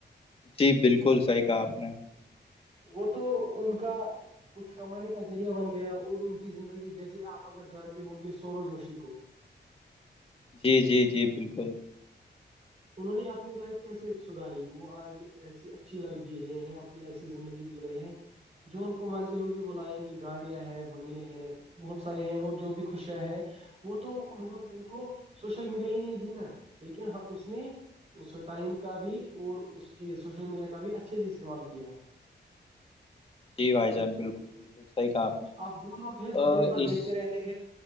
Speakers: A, on the left; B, on the right.
A: جی بالکل صحیح کہا آپ نے
B: وہ تو ان کا کچھ کمانے کا ذریعہ بن گیا اور ان کی زندگی جیسے آپ اگر جانتے ہ گے سورو جوشی کو
A: جی جی جی بالکل
B: انہوں نے اپنی لائف کیسے سدھاری وہ آج ایسی اچھی لائف جی رہے ہیں ایسی زندگی جی رہے ہیں جو ان کو مرضی ہوگی ب لائیں گے گاڑیاں ہیں بنگلے ہیں بہت ساری ہیں اور جو بھی خوشیاں ہیں وہ تو انہوں ان کو سوشل میڈیا ہی نہیں دی نا لیکن ہم اس نے اس ٹائم کا بھی اور اس چیز سوشل میڈیا کا بھی اچھے سے استعمال کیا ہے
A: جی بھائی جان بالکل بالکل صحیح کہا آپ نے
B: اب وہ لوگ ہیں جو
A: آ،
B: دن بھر
A: اس
B: دیکھتے رہتے ہیں